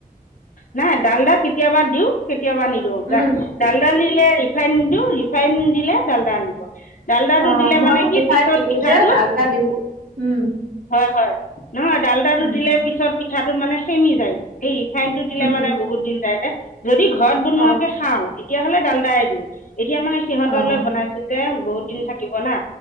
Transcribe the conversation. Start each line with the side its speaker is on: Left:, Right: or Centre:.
Left: নাই ডালডা কেতিয়াবা দিওঁ, কেতিয়াবা নিদিওঁ যা
Right: উম
Left: ডাল ডালডা দিলে ৰিফাইন নিদিওঁ, ৰিফাইন দিলে ডালডা নিদিব। ডালদাটো
Right: অ
Left: দিলে
Right: মই
Left: মানে
Right: আকৌ
Left: কি
Right: ৰিফাইন
Left: পিছত
Right: নিদিওঁ
Left: পিঠাটো,
Right: যে ডালদা দিওঁ উম
Left: হয় হয়। নহয়, ডালতাটো
Right: উম
Left: দিলে পিছত পিঠাটো মানে সেমি যায়, এই ৰিফাইনতটো দিলে
Right: উম
Left: মানে বহুত দিন যাই যে। যদি ঘৰত বনোৱাকে
Right: অ
Left: খাওঁ, তেতিয়াহ'লে ডালডায়ে দিওঁ, এতিয়া মানে সিহঁতলৈ
Right: অ
Left: বনাইছোঁ যে। তে, বহুত দিন থাকিব না।